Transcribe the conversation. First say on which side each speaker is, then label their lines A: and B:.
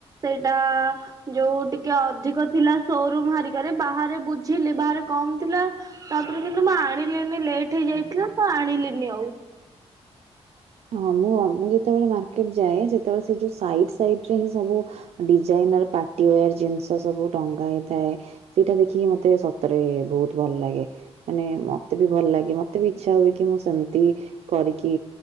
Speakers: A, on the right; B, on the right.
A: ସେଇଟା ଯଉ ଟିକେ ଅଧିକ ଥିଲା ସୋ ରିକାରେ ବାହାରେ ବୁଝିଲି, ବାହାରେ କମ୍ ଥିଲା। ତା'ପରେ କିନ୍ତୁ ମୁଁ ଆଣିଲିନି, ଲେଟ୍ ହେଇଯାଇଥିଲା ତ ଆଣିଲିନି ଉ।
B: ହଁ! ମୁଁ ଯେତେବେଳେ ମାର୍କେଟ ଯାଏ, ତେବେଳେ ସେ ଯଉ ସାଇଟ୍ ସାଇଟ୍ ରେ ହିଁ ସବୁ ଡିଜାଇନର୍ ପାଟିଓୟାର୍ ଜିନ୍‌ଷ ସବୁ ଟଙ୍ଗା ହେଇଥାଏ। ସେଇଟା ଦେଖିକି ମତେ ସତରେ ବହୁତ୍ ଭଲ୍‌ ଲାଗେ। ମାନେ ମତେ ବି ଭଲ୍ ଲାଗେ, ମତେ ବି ଇଚ୍ଛା ହୁଏ କି ମୁଁ ସେମ୍ତି କରିକି